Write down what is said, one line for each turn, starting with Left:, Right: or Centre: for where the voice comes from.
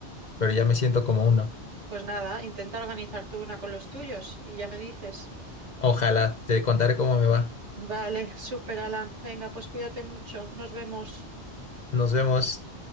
Left: pero ya me siento como uno.
Right: Pues nada, intenta organizar tú una con los tuyos y ya me dices.
Left: Ojalá, te contaré cómo me va.
Right: Vale, <laughs> súper Alan, venga, pues cuídate mucho, nos vemos.
Left: Nos vemos.